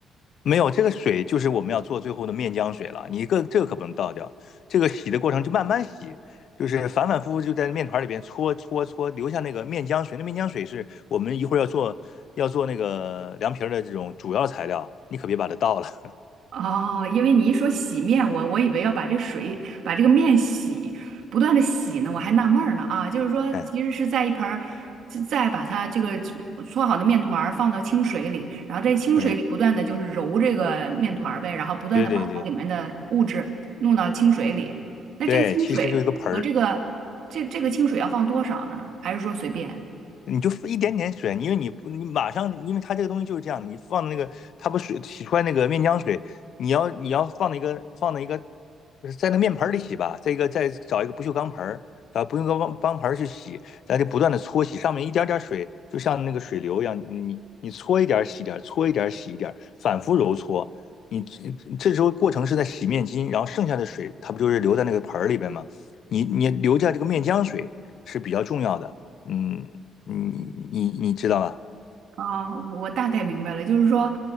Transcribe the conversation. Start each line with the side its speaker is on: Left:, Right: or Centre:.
Left: 没有，这个水就是我们要做最后的面浆水了。你一个这个可不能倒掉，这个洗的过程就慢慢洗，就是反反复复就在面团里边搓搓搓，留下那个面浆水。那面浆水是我们一会儿要做要做那个凉皮儿的这种主要材料，你可别把它倒了。<laughs>
Right: 哦，因为你一说洗面，我我以为要把这水把这个面洗，不断的洗呢，我还纳闷儿呢啊，就是说其实是在一盆儿，
Left: 嗯，
Right: 是再把它这个搓好的面团儿放到清水里，然后在清水里不断的就是揉这个面团儿呗，
Left: 对
Right: 然后不断的把它里面的物质弄到清水里。
Left: 对对对
Right: 那这个清水和这个这这个清水要放多少呢？
Left: 对，其实就一个盆儿，
Right: 还是说随便？
Left: 你就一点点水，因为你不你马上，因为它这个东西就是这样，你放的那个它不水洗出来那个面浆水，你要你要放那个放那一个在那个面盆儿里洗吧，再一个再找一个不锈钢盆儿，找不锈钢钢盆儿去洗，咱就不断的搓洗，上面一点点水，就像那个水流一样，你你搓一点儿洗一点儿，搓一点儿洗一点儿，反复揉搓。你这这时候过程是在洗面巾，然后剩下的水它不就是留在那个盆儿里边吗？你你留下这个面浆水是比较重要的。嗯，你你你知道吧？
Right: 啊，我大概明白了，就是说，